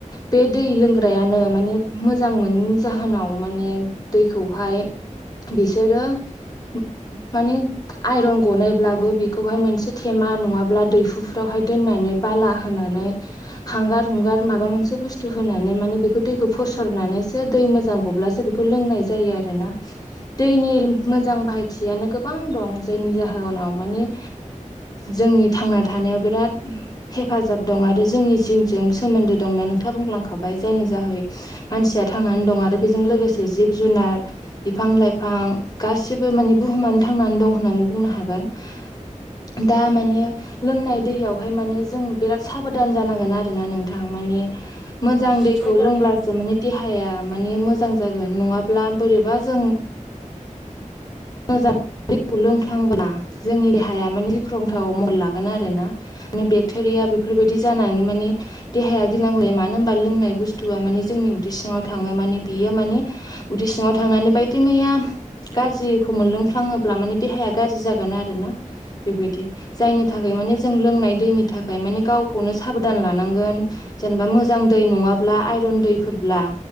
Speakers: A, on the left; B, in the centre.
A: बे दै लोंग्रायानो माने मोजां मोनिनि जाहोनाव माने दैखौहाय बिसोरो उब माने आइरन गनायब्लाबो बेखौहाय मोनसे थेमा नङाब्ला दैहुफ्रावहाय दोननानै बाला होनानै हांगार हुंगार माबा मोनसे बुस्थु होनानै माने बेखौ दैखौ फोसरनानैसो दै मोजां गब्लासो बेखौ लोंनाय जायो आरोना दैनि मोजां थियानो गोबां दं जायनि जाहोनाव मानि जोंनि थांना थानायाव बिराद हेफाजाब दं आरो जोंनि जिउजों सोमोन्दो दंना नोंथाङा बुंलांखाबाय जायनि जाहै मानसिया थांनानै दं आरो बेजों लोगोसे जिब जुनार बिफां लाइफां गासिबो मानि बुहुमानो थांनानै दं होननानै बुंनो हागोन हा दा माने लोंनाय दैयावहाय माने जों बिराद साबोधान जानां गोन आरो ना नोंथां माने मोजां दैखौ
B: मोजां
A: लोंब्लासो
B: दे दे
A: माने देहाया मानि मोजां जागोन नङाब्ला बोरैबा जों मोजां दैखौ लोंफ्लांब्ला जोंनि देहाया माने गिख्रंथाव महर लागोन आरोना माने बेक्टेरिया दा बेफोरबायदि जानानै माने देहाया गिनांलाय मानो होनबा लोंनाय बुस्थुआ माने जोंनि उदै सिङाव थाङो ओ माने बियो माने उदै सिङाव थांनानै बायदिमैया गाज्रि खौ मोनलोंफ्लाङोब्ला माने देहाया गाज्रि जागोन आरोना बेबायदि जायनि थाखाय माने जों लों नाय दैनि थाखाय माने गावखौनो साबधान लानांगोन जेनेबा मोजां दै नङाब्ला आइरन दै फोरब्ला